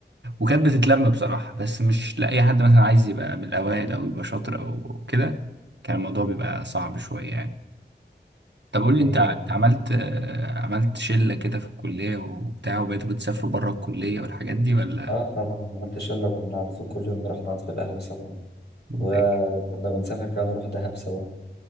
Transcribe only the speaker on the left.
أيوه
أيوه
آه طبعا عملت شلة وكنا على طول كل يوم نروح نقعد في القهوة سوا
وكنا
بنسافر كمان نروح دهب سوا